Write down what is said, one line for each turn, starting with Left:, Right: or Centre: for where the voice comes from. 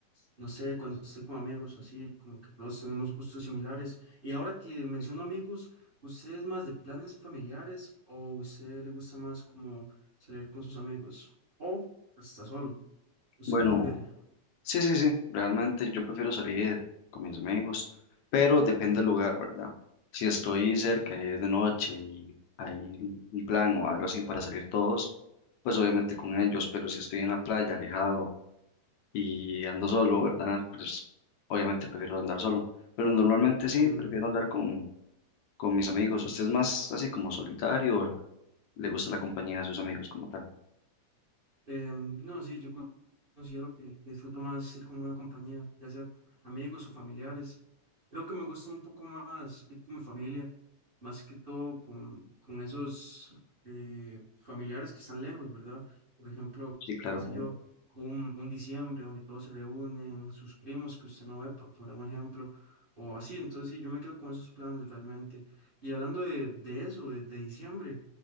Right: no sé, cuando estoy con amigos o así, como que todos tenemos gustos similares. Y ahora que menciono amigos, ¿usted es más de planes familiares o usted le gusta más como salir con sus amigos? ¿O está solo? ¿Usted
Left: Bueno,
Right: qué prefiere?
Left: Sí, sí, sí, realmente yo prefiero salir con mis amigos, pero depende del lugar, ¿verdad? Si estoy cerca y es de noche y hay un un plan o algo así para salir todos, pues obviamente con ellos, pero si estoy en la playa, alejado y ando solo, ¿verdad? Pues obviamente prefiero andar solo, pero normalmente
Right: Entiendo.
Left: sí, prefiero andar con, con mis amigos. ¿Usted es más así como solitario o le gusta la compañía de sus amigos como tal?
Right: Em, no, sí, yo con- considero que que disfruto más ir con buena compañía, ya sea amigos o familiares. Creo que me gusta un poco más ir con mi familia, más que todo con, con esos eh, familiares que están lejos, ¿verdad? Por ejemplo,
Left: Sí, claro,
Right: qué sé
Left: claro.
Right: yo, un, un diciembre donde todos se reúnen, sus primos que usted no ve, por poner un ejemplo, o así. Entonces, sí, yo me quedo con esos planes realmente. Y hablando de, de eso, de, de diciembre,